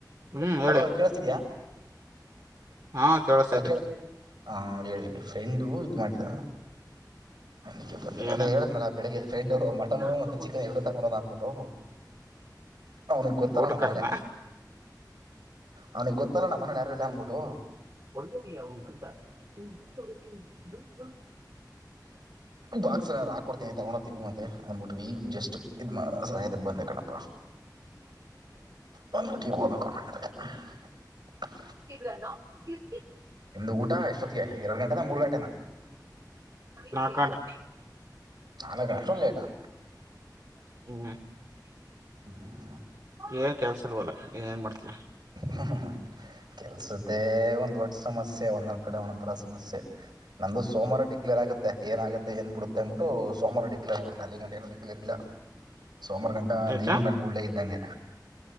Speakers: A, on the right; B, on the right.
A: ಹ್ಮ್
B: ಹಲೋ
A: ಹೇಳಿ
B: ಕೇಳಸ್ತಿದಯಾ
A: ಹಾ ಕೇಳಸ್ತೈತ್ರಿ
B: ಹಲೋ ಕೇಳ್ ಹಾ ಹೇಳಿ ಹೇಳಿ ಫ್ರೆಂಡು ಮಾಡಿದ ನನಗೆ ಬಂದೆ
A: ಏನ್ರ
B: ಅದೇ ಹೇಳಿದ್ನಲ್ಲ ಬೆಳಿಗ್ಗೆ ಫ್ರೆಂಡು ಮಟನು
A: ನ ಹ
B: ಮತ್ತು ಚಿಕನ್ ಎರಡು ತಗೊಂಡೋದ ಅಂದ್ಬಿಟ್ಟು ಅವ್ನಿಗೆ ಗೊತ್ತಲ್ಲ
A: ಊಟಕ್
B: ನಮ್ಮ
A: ಕರುಧ್ನ.
B: ಅವನಿಗೆ ಗೊತ್ತಲ್ಲ ನಮ್ಮನೇಲಿ ಯಾರು ಇಲ್ಲ ಅಂದಬಿಟ್ಟು.
A: ಒಳಗೋಗಿ ಅವನು ಬಂದಾರ <unintelligible>
B: ಬಾಕ್ಸ್ ಏನರ ಹಾಕೊಡ್ತೀನಿ ತಗೊಂಡ್ ಹೊಗಿ ತಿನ್ನುವಂತೆ ಅಂದಬಿಟ್ವಿ ಈ ಜಸ್ಟ್ ಇದ್ ಮಾಡ <unintelligible> ಬಂದೆ ಕಣಪ್ಪ ಬಂದ್ ಬಿಟ್ಟು ಈಗ ಹೋಗ್ಬೇಕು ಮನೆ ಕಡೆ. ಕಟ್
A: <unintelligible>
B: ನಿಮ್ದು ಊಟ ಎಷ್ಟೊತ್ತಿಗೆ ಎರಡು ಗಂಟೆನಾ ಮೂರ್ ಗಂಟೆನ.
A: ನಾಕ್ ಗಂಟೆ
B: ನಾಲಕ್ಕ ಅಷ್ಟೊಂದು ಲೇಟಾ.
A: ಹ
B: ಹ್ಮ
A: ಏನ್ ಕೆಲ್ಸಲ್ವಲ್ಲಾ ಇನ್ ಏನ್ ಮಾಡ್ತೀಯ.
B: ಹ ಹ. ಕೆಲ್ಸದ್ದೇ ಒಂದ್ ದೊಡ್ಡ ಸಮಸ್ಯೆ ಒಂದೊಂದ್ ಕಡೆ ಒಂದೊಂದ ತರ ಸಮಸ್ಯೆ ನಂದು ಸೋಮವಾರ ಡಿಕ್ಲೇರ್ ಆಗ ಗುತ್ತೇ ಏನಾಗುತ್ತೆ ಏನ್ ಬಿಡುತ್ತೆ ಅಂದ್ಬಿಟ್ಟು ಸೋಮವಾರ ಡಿಕ್ಲೇರ್ಗುತ್ತೆ ಅಲ್ಲಿಗಂಟ ಏನು ಡಿಕ್ಲೇರ್ ಇಲ್ಲ. ಸೋಮಾರಗಂಟಾ
A: ಯಾಕ
B: ನೀರಿನ್ ಮೇಲ್ ಗುಳ್ಳೆ ಇದ್ದಂಗೆ